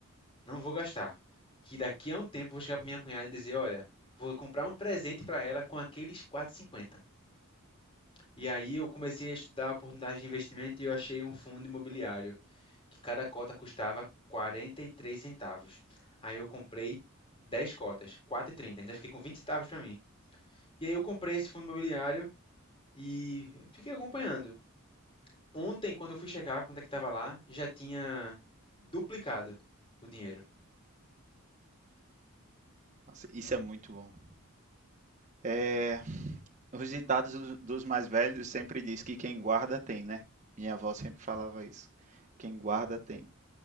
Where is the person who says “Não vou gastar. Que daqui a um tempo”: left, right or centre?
Left